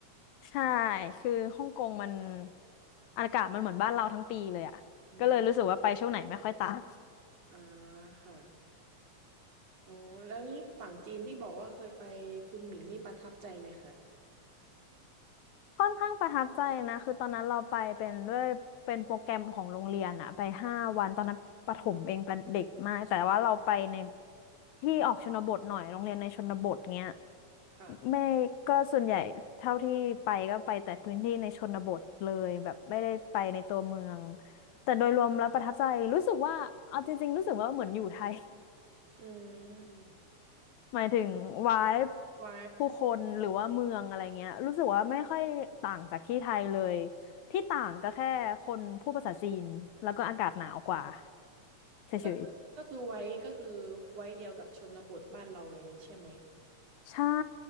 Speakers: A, on the left; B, on the right.
A: ใช่ คือฮ่องกงมันอากาศมันเหมือนบ้านเราทั้งปีเลยอ่ะก็เลยรู้สึกว่าไปช่วงไหนไม่ค่อยต่าง
B: อืมอ่าค่ะ อ๋อแล้วนี่ฝั่งจีนที่บอกว่าเคยไปคุณหมิงนี่ประทับใจไหมคะ
A: ค่อนข้างประทับใจนะคือตอนนั้นเราไปเป็นด้วยเป็นโปรแกรมของโรงเรียนอ่ะไปห้าวันตอนนั้นประถมเองเป็นเด็กมากแต่ว่าเราไปใน
B: อืม
A: ที่ออกชนบทหน่อยโรงเรียนในชนบทเงี้ย
B: ค่ะ
A: ไม่ก็ส่วนใหญ่เท่าที่ไปก็ไปแต่พื้นที่ในชนบทเลยแบบไม่ได้ไปในตัวเมืองแต่โดยรวมแล้วประทับใจรู้สึกว่าเอาจริงๆรู้สึกว่าเหมือนอยู่ไทย
B: อืม
A: หมายถึงวาย
B: ไว้
A: ผู้คนหรือว่าเมืองอะไรเงี้ยรู้สึกว่าไม่ค่อยต่างจากที่ไทยเลยที่ต่างก็แค่คนพูดภาษาจีนแล้วก็อากาศหนาวกว่าเฉย
B: ก็คือก็คือไว้ก็คือไว้เดียวกับชนบทบ้านเราอย่างนี้ใช่ไหม
A: ๆใช่